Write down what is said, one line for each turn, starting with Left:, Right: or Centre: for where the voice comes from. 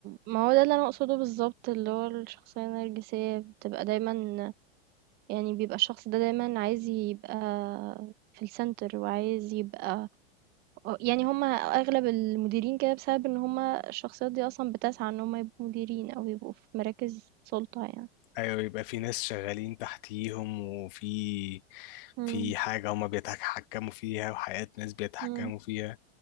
Right: ما هو ده اللي انا اقصده بالظبط اللي هو الشخصية النرجسية بتبقى دايما يعني بيبقى الشخص ده دايما عايز يبقى في السنتر وعايز يبقى آه، يعني هم أغلب المديرين كده بسبب إن هم الشخصيات دي أصلًا بتسعى إن هم يبقوا مديرين أو يبقوا في مراكز سُلطة يعني.
Left: ايوه يبقى في ناس شغالين تحتيهم وفي
Right: إمم،
Left: في حاجة هما بيتحكموا فيها وحياة ناس بيتحكموا
Right: إمم.
Left: فيها